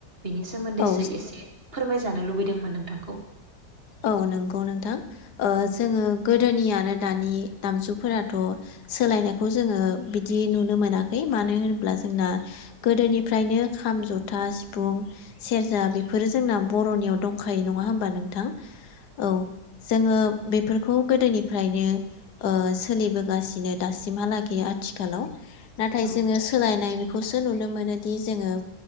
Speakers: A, on the right (about 35°); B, on the left (about 70°).
A: बेनि सोमोन्दैसो
B: औ
A: इसे फोरमाय जानो लुब बैदोंमोन नोंथांखौ
B: औ नंगौ नोंथां ओ जोङो गोदोनियानो दानि दामजुफोराथ' सोलायनायखौ जोङो बिदि नुनो मोनाखै मानो होनोब्ला जोंना गोदोनिफ्रायनो खाम जथा सिफुं सेरजा बेफोरो जोंना बर'नियाव दंखायो नङा होनोमबा नोंथां? औ जोङो बेफ फोरखौ गोदोनिफ्रायनो ओ सोलिबोगासिनो दासिमहालागै आथिखालाव नाथाय
A: औ
B: जोङो सोलायनाय बेफ खौसो नुनो मोनोदि जोङो